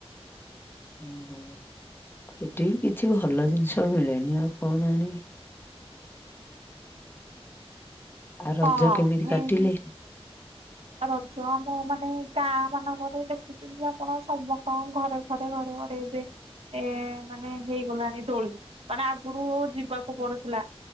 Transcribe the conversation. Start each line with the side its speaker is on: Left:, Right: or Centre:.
Left: ଓହୋ ସେଟି ବି କିଛି ଭଲ ଜିନିଷ ମିଳେନି ଆଉ କଣ ଆଣିଏ। ଆ ରଜ
Right: ହଁ
Left: କେମିତି କାଟିଲେ?
Right: ଏମତି ରଜ ମୁଁ ମାନେ ଗାଁ ମାନଙ୍କରେ ଦେଖୁଚୁ ମୁଁ ଆପଣ ସମସ୍ତଙ୍କ ଘରେ ଘରେ ଘରେ ଘରେ ଏବେ ଏ ମାନେ ହେଇଗଲାଣି ଦୋଳି ମାନେ ଆଗରୁ ଯିବାକୁ ପଡୁଥିଲା।